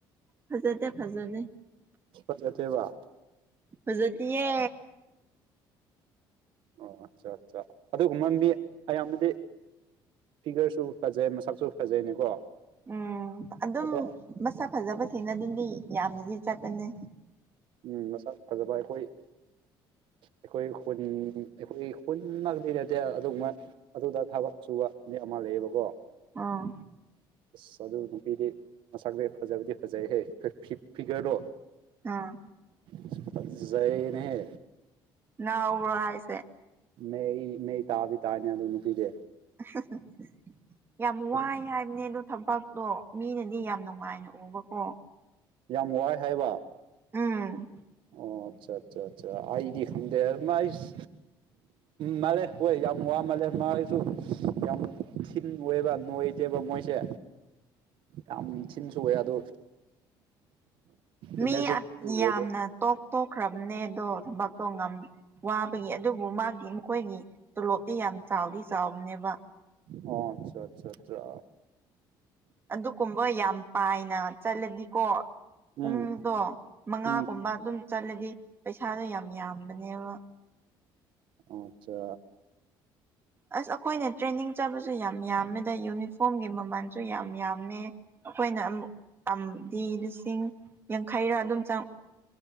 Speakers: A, on the right; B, on the right.
A: ꯐꯖꯗꯦ ꯐꯖꯗꯦ
B: ꯐꯖꯗꯦꯕ
A: ꯐꯖꯗꯤꯌꯦ
B: ꯑꯣ ꯑꯠꯆꯥ ꯑꯠꯆꯥ ꯑꯗꯨꯒꯨꯝꯕ ꯃꯤ ꯑꯌꯥꯝꯕꯗꯤ ꯐꯤꯒꯔꯁꯨ ꯐꯖꯩ ꯃꯁꯛꯁꯨ ꯐꯖꯩꯅꯦꯀꯣ
A: ꯎꯝ ꯑꯗꯨꯝ
B: ꯑꯗꯣ
A: ꯃꯁꯛ ꯐꯖꯕꯁꯤꯡꯅ ꯑꯗꯨꯗꯤ ꯌꯥꯝꯅꯗꯤ ꯆꯠꯄꯅꯦ
B: ꯎꯝ ꯃꯁꯛ ꯐꯖꯕ ꯑꯩꯈꯣꯏ ꯑꯩꯈꯣꯏ ꯈꯨꯟ ꯑꯩꯈꯣꯏ ꯈꯨꯟꯃꯛꯇꯤ ꯅꯠꯇꯦ ꯑꯗꯨꯒꯨꯝꯕ ꯑꯗꯨꯗ ꯊꯕꯛ ꯁꯨꯕ ꯃꯤ ꯑꯃ ꯂꯩꯌꯦꯕꯀꯣ
A: ꯑꯥ
B: <inaudible> ꯑꯁ ꯑꯗꯨ ꯅꯨꯄꯤꯗꯤ ꯃꯁꯛꯇꯤ ꯐꯖꯕꯗꯤ ꯐꯖꯩꯍꯦ ꯐꯤ ꯐꯤ ꯐꯤꯒꯔꯗꯣ
A: ꯑꯥ
B: ꯑꯁ ꯐꯖꯩꯅꯦꯍꯦ
A: ꯉꯥꯎꯕ꯭ꯔꯣ ꯍꯥꯏꯁꯦ
B: ꯅꯩ ꯅꯩꯇꯕꯤ ꯇꯥꯕꯤ ꯇꯥꯅꯤ ꯑꯗꯨ ꯅꯨꯄꯤꯗꯤ
A: ꯑꯍ ꯍ ꯌꯥꯝ
B: ꯑꯗꯨ
A: ꯋꯥꯏ ꯍꯥꯏ ꯏꯅꯦꯗꯣ ꯊꯕꯛꯇꯣ ꯃꯤꯅꯗꯤ ꯌꯥꯝ ꯅꯨꯡꯉꯥꯏꯅ ꯎꯕꯀꯣ
B: ꯌꯥꯝ ꯋꯥꯏ ꯍꯥꯏꯕ
A: ꯎꯝ
B: ꯑꯣ ꯑꯠꯆꯥ ꯆꯥ ꯆꯥ ꯑꯗꯤ ꯈꯪꯗꯦ ꯑꯗꯨꯃꯥꯥꯏꯁ ꯃꯥꯜꯂꯦ ꯍꯣꯏ ꯌꯥꯝ ꯋꯥꯃꯜꯂꯦ ꯃꯥꯏꯁꯨ ꯌꯥꯝ ꯊꯤꯟ ꯑꯣꯏꯕ ꯅꯣꯏꯗꯦꯕ ꯃꯣꯏꯁꯦ ꯌꯥꯝ ꯊꯤꯟꯁꯨꯑꯣꯏ ꯑꯗꯣ ꯏꯅꯔꯖꯦꯇꯤꯛꯁꯨ
A: ꯃꯤ
B: ꯑꯣꯏꯗꯦ
A: ꯌꯥꯝꯅ ꯇꯣꯛ ꯇꯣꯛꯈ꯭ꯔꯕꯅꯦ ꯑꯗꯣ ꯊꯕꯛꯇꯣ ꯉꯥꯝ ꯋꯥꯕꯒꯤ ꯑꯗꯨꯕꯨ ꯃꯥꯒꯤ ꯃꯈꯣꯏꯒꯤ ꯇꯣꯂꯣꯞꯇꯤ ꯌꯥꯝ ꯆꯥꯎꯗꯤ ꯆꯥꯎꯕꯅꯦꯕ
B: ꯑꯣ ꯑꯠꯆꯥ ꯆꯥ ꯆꯥ
A: ꯑꯗꯨꯒꯨꯝꯕ ꯌꯥꯝ ꯄꯥꯏꯅ ꯆꯠꯂꯗꯤꯀꯣ
B: ꯎꯝ
A: ꯄꯨꯡꯗꯣ ꯃꯉꯥꯒꯨꯝꯕ
B: ꯎꯝ
A: ꯑꯗꯨꯝ ꯆꯠꯂꯗꯤ ꯄꯩꯁꯥꯗꯣ ꯌꯥꯝ ꯌꯥꯝꯕꯅꯦꯕ
B: ꯑꯆꯥ
A: ꯑꯁ ꯑꯩꯈꯣꯏꯅ ꯇ꯭ꯔꯦꯟꯅꯤꯡ ꯆꯠꯄꯁꯨ ꯌꯥꯝ ꯌꯥꯝꯃꯦꯗ ꯌꯨꯅꯤꯐꯣꯔꯝꯒꯤ ꯃꯃꯜꯁꯨ ꯌꯥꯝ ꯌꯥꯝꯃꯦ ꯑꯩꯈꯣꯏꯅ ꯑꯃꯨꯛ ꯇꯝꯗꯤ ꯂꯤꯁꯤꯡ ꯌꯥꯡꯈꯩꯔꯥ ꯑꯗꯨꯝ ꯆꯪ